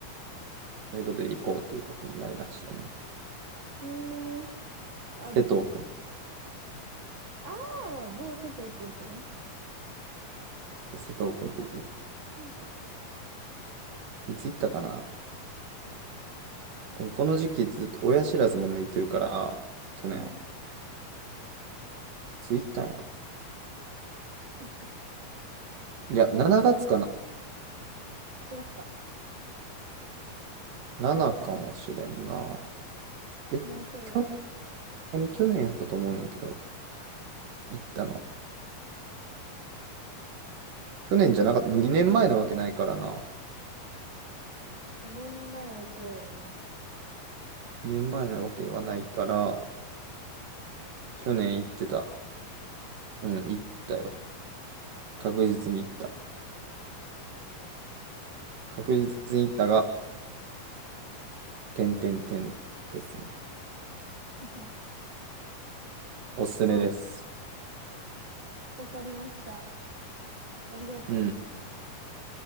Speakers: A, on the right (about 70°); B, on the right (about 40°).
A: ということで、行こうということになりましたね。
B: うーん。ちょっとありですね。
A: 瀬戸君
B: ああ、某瀬戸くんとね。
A: 瀬戸君と行き、
B: パンダの、いいですね。
A: いつ行ったかなでもこの時期ずっと親知らずも抜いてるから、去年、
B: うん。
A: いつ行ったんやろ
B: <laughs>
A: いや、7月かな
B: あ、まあ、月か。
A: ?7 かもしれんな。え、
B: もうちょいやとか。
A: 去年、何去年やったと思うねんけど、行ったの。去年じゃなかった、2年前なわけないからな。
B: 年前は違うよね。
A: 2年前なわけはないから、去年行ってた。うん、行ったよ。確実に行った。確実に行ったが、点々点ですね。
B: <laughs>
A: おすすめです。
B: まあ、わかりました。ありがとう。
A: うん。